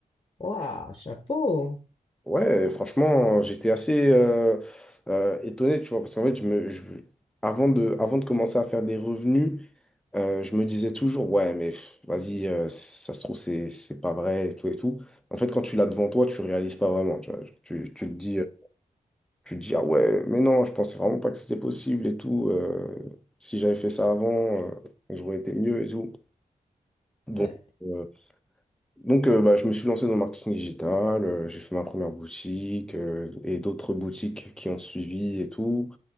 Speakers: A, on the left; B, in the centre.
A: Ouah, chapeau.
B: Ouais, franchement, j'étais assez euh, euh, étonné, tu vois, parce qu'en fait, je me, je- avant de, avant de commencer à faire des revenus, euh, je me disais toujours, ouais, mais pff, vas-y, euh, ça se trouve, c'est, c'est pas vrai, et tout et tout. En fait, quand tu l'as devant toi, tu réalises pas vraiment, tu vois. Tu, tu te dis, euh, tu te dis, ah ouais, mais non, je pensais vraiment pas que c'était possible et tout. euh, si j'avais fait ça avant, euh, j'aurais été mieux et tout. Donc,
A: Ouais,
B: euh, Donc, euh, bah, je me suis lancé dans le marketing digital, euh, j'ai fait ma première boutique euh, et d'autres boutiques qui ont suivi et tout.